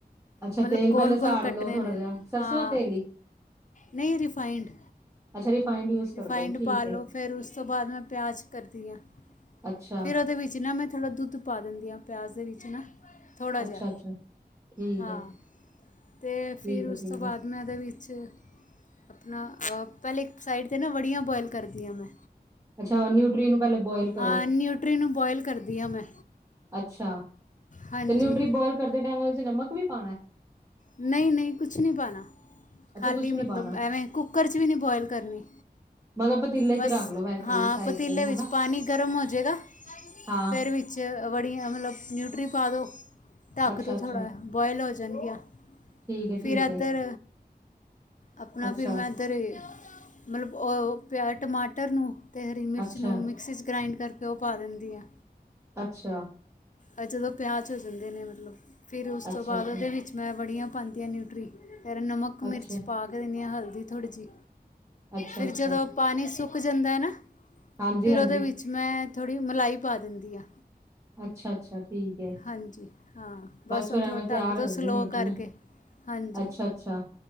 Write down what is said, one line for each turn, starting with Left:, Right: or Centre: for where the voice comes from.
Right: ਅੱਛਾ
Left: ਮਤਲਬ
Right: ਤੇਲ
Left: ਗੋਲ-
Right: ਪਹਿਲੇ ਸਾੜ
Left: ਗੋਲ ਕੱਟਣੇ
Right: ਲਓ ਥੋੜਾ
Left: ਨੇ,
Right: ਜਿਹਾ ਸਰਸੋਂ
Left: ਹਾਂ
Right: ਦਾ ਤੇਲ ਹੀ
Left: ਨਹੀਂ ਰਿਫਾਈੰਡ।
Right: ਅੱਛਾ ਰਿਫਾਇੰਡ ਯੂਜ
Left: ਰਿਫਾਈੰਡ
Right: ਕਰਦੇ ਹੋ ਠੀਕ
Left: ਪਾ ਲਓ
Right: ਹੈ,
Left: ਫੇਰ ਉਸ ਤੋਂ ਬਾਅਦ ਮੈਂ ਪਿਆਜ਼ ਕਰਦੀ ਆ।
Right: ਅੱਛਾ,
Left: ਫੇਰ ਉਹਦੇ ਵਿੱਚ ਨਾ ਮੈਂ ਥੋੜਾ ਦੁੱਧ ਪਾ ਦਿੰਦੀ ਹਾਂ ਪਿਆਜ਼ ਦੇ ਵਿੱਚ ਨਾ। ਥੋੜਾ
Right: ਅੱਛਾ-ਅੱਛਾ
Left: ਜਿਹਾ,
Right: ਠੀਕ
Left: ਹਾਂ
Right: ਹੈ,
Left: ਤੇ
Right: ਠੀਕ
Left: ਫੇਰ
Right: ਹੈ,
Left: ਉਸ
Right: ਠੀਕ
Left: ਤੋਂ ਬਾਅਦ
Right: ਹੈ,
Left: ਮੈਂ ਉਹਦੇ ਵਿੱਚ, ਆਪਣਾ ਅ ਪਹਿਲੇ ਇੱਕ ਸਾਈਡ 'ਤੇ ਨਾ ਵੜੀਆਂ ਬੁਆਇਲ ਕਰਦੀ ਆ ਮੈਂ।
Right: ਅੱਛਾ ਨਿਊਟਰੀ ਨੂੰ ਪਹਿਲੇ ਬੋਇਲ ਕਰੋ।
Left: ਹਾਂ ਨਿਊਟਰੀ ਨੂੰ ਬੁਆਇਲ ਕਰਦੀ ਆ ਮੈਂ।
Right: ਅੱਛਾ
Left: ਹਾਂਜੀ
Right: ਤੇ ਨਿਊਟਰੀ ਬੋਇਲ ਕਰਦੇ ਟਾਇਮ ਉਹਦੇ ਚ ਨਮਕ ਵੀ ਪਾਣਾ ਏ।
Left: ਨਹੀਂ- ਨਹੀਂ ਕੁਛ ਨਹੀਂ ਪਾਣਾ। ਖਾਲੀ
Right: ਅੱਛਾ ਕੁਛ
Left: ਮਤਲਬ
Right: ਨੀ ਪਾਣਾ
Left: ਐਵੇਂ ਕੁੱਕਰ 'ਚ ਵੀ ਨੀ ਬੁਆਇਲ ਕਰਨੀ
Right: ਮਤਲਬ ਪਤੀਲੇ
Left: ਬਸ
Right: ਚ ਹੀ ਰੱਖ ਲੋ ਵੈਸੇ
Left: ਹਾਂ
Right: ਹੀ ਸਾਈਡ
Left: ਪਤੀਲੇ
Right: ਤੇ
Left: ਵਿੱਚ
Right: ਹਨਾ
Left: ਪਾਣੀ ਗਰਮ ਹੋਜਏਗਾ
Right: ਹਾਂ,
Left: ਫੇਰ ਵਿ- 'ਚ ਬੜੀਆਂ ਮਤਲਬ ਨਿਊਟਰੀ ਪਾ ਦਿਉ ਢੱਕ
Right: ਅੱਛਾ-ਅੱਛਾ
Left: ਦੋ ਥੋੜਾ ਬੋਆਇਲ ਹੋ ਜਾਣਗੀਆਂ।
Right: ਠੀਕ ਹੈ,
Left: ਫੇਰ
Right: ਠੀਕ
Left: ਇੱਧਰ,
Right: ਹੈ।
Left: ਆਪਣਾ
Right: ਅੱਛਾ,
Left: ਫੇਰ ਮੈਂ- ਤਰੀ ਮਤਲਬ ਉਹ ਪਿਆਜ਼, ਟਮਾਟਰ ਨੂੰ, ਤੇ ਹਰੀ ਮਿਰਚ
Right: ਅੱਛਾ,
Left: ਨੂੰ ਮਿਕਸੀ 'ਚ ਗਰਾਇੰਡ ਕਰਕੇ ਉਹ ਪਾ ਦਿੰਦੀ ਆ।
Right: ਅੱਛਾ।
Left: ਓਰ ਜਦੋਂ ਪਿਆਜ ਹੋ ਜਾਂਦੇ ਨੇ ਮਤਲਬ ਫਿਰ ਉਸ
Right: ਅੱਛਾ,
Left: ਤੋਂ ਬਾਦ
Right: ਜੀ,
Left: ਓਦੇ ਵਿੱਚ ਮੈਂ ਵੜੀਆਂ ਪਾਂਦੀਆਂ ਨਿਊਟਰੀ ਫੇਰ ਨਮਕ, ਮਿਰਚ
Right: ਅੱਛਾ,
Left: ਪਾ ਕੇ ਦਿੰਦੀ ਆ ਹਲਦੀ ਥੋੜੀ ਜੀ।
Right: ਅੱਛਾ,
Left: ਫਿਰ
Right: ਅੱਛਾ
Left: ਜਦੋਂ ਪਾਣੀ ਸੁੱਕ ਜਾਂਦਾ ਐ ਨਾ
Right: ਹਾਂਜੀ-ਹਾਂਜੀ,
Left: ਫਿਰ ਓਦੇ ਵਿੱਚ ਵਿੱਚ ਮੈਂ ਥੋੜੀ ਮਲਾਈ ਪਾ ਦਿੰਦੀ ਆ।
Right: ਅੱਛਾ-ਅੱਛਾ ਠੀਕ। ਐ।
Left: ਹਾਂਜੀ, ਹਾਂ ਬਸ
Right: ਫੇਰ
Left: ਹੁਣ
Right: ਐਵੇਂ
Left: ਥੋੜਾ ਢੱਕ
Right: ਤਿਆਰ
Left: ਦੋ
Right: ਹੋ ਜਾਂਦੀ
Left: ਸਲੋ
Right: ਆ ਨਿਊਟਰੀ,
Left: ਕਰਕੇ। ਹਾਂਜੀ
Right: ਅੱਛਾ-ਅੱਛਾ